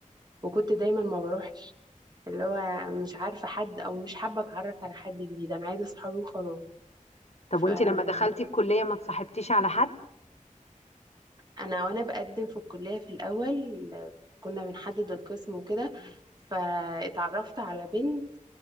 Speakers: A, on the right; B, on the left.
A: وكنت دايما ما بروحش اللي هو مش عارفة حد أو مش حابة أتعرف على حد جديد أنا عايزة صحابي وخلاص
B: طب
A: فأنا
B: وانت لما دخلتي الكليه ما اتصاحبتيش على حد
A: وأنا بقدم في الكلية في الأول كنا بنحدد القسم وكده فاتعرفت على بنت